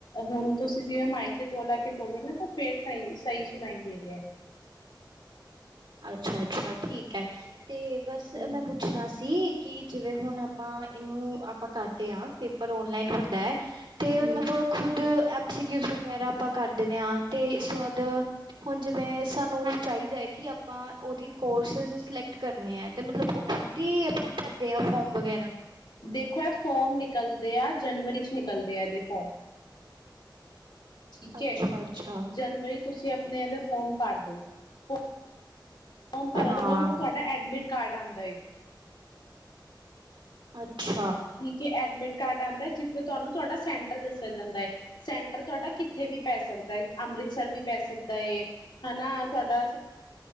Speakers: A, on the left (about 70°); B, on the right (about 75°).
A: ਹੁਣ ਤੁਸੀਂ ਜਿਵੇਂ ਮਾਈਕ ਦੇ ਕੋਲ ਆ ਕੇ ਬੋਲ ਰਹੇ ਹੋ ਨਾ ਤਾਂ ਫੇਰ ਸਹੀ ਸੁਣਾਈ ਦੇ ਰਿਹਾ।
B: ਅੱਛਾ - ਅੱਛਾ ਠੀਕ ਐ, ਤੇ ਬਸ
A: ਹੂੰ
B: ਮੈਂ ਪੁ- ਪੁੱਛਣਾ ਸੀ, ਕਿ ਜਿਵੇਂ ਹੁਣ ਆਪਾਂ ਇਹਨੂੰ ਆਪਾਂ ਕਰਦੇ ਹ ਪੇਪਰ ਓਨਲਾਈਨ ਹੁੰਦਾ ਤੇ
A: ਹੂੰ
B: ਮਤਲਬ ਖੁਦ ਐਮ ਸੀਕਊਜ਼ ਵਗੈਰਾ ਆਪਾਂ ਕਰ ਦਿੰਦੇ ਆ ਤੇ, ਇਸ ਤੋਂ ਬਾੱਦ ਹੁਣ ਜਿਵੇਂ, ਸਾਨੂੰ ਚਾਹੀਦਾ ਹੈ ਕਿ ਆਪਾਂ ਉਹਦੀ ਕੋਰਸਿਸ ਸਿਲੈਕਟ ਕਰਨੇ ਆ ਅਤੇ ਮਤਲਬ ਉਹ ਖੁਦ ਹੀ ਆਪਾਂ ਭਰਦੇ ਹਾਂ ਫੋਮ ਵਗੈਰਾ।
A: ਦੇਖੋ ਇਹ ਫੋਮ ਨਿਕਲਦੇ ਆ ਜਨਵਰੀ 'ਚ ਨਿਕਲਦੇ ਆ ਇਹਦੇ ਫੋਮ। ਠੀਕ
B: ਅੱਛਾ
A: ਹੈ,
B: ਅੱਛਾ
A: ਜਨਵਰੀ ਤੁਸੀਂ ਆਪਣੇ ਇਹਦੇ ਫੋਰਮ ਭਰ ਦੋ, <unintelligible> ਫੋਮ ਭਰਨ
B: ਹਾਂ
A: ਨੂੰ ਤੁਹਾਡਾ ਐਡਮਿਟ ਕਾਰਡ ਆਉਂਦਾ ਏ।
B: ਅੱਛਾ।
A: ਠੀਕ ਹੈ ਐਡਮਿਟ ਕਾਰਡ ਆੰਦਾ, ਜਿੱਥੇ ਤੁਹਾਨੂੰ ਤੁਹਾਡਾ ਸੈਂਟਰ ਦੱਸਿਆ ਜਾਂਦਾ। ਸੈਂਟਰ ਤੁਹਾਡਾ ਕਿੱਥੇ ਵੀ ਪੈ ਸਕਦਾ ਏ। ਅੰਮ੍ਰਿਤਸਰ ਵੀ ਪੈ ਸਕਦਾ ਏ। ਹਨਾ ਤੁਹਾਡਾ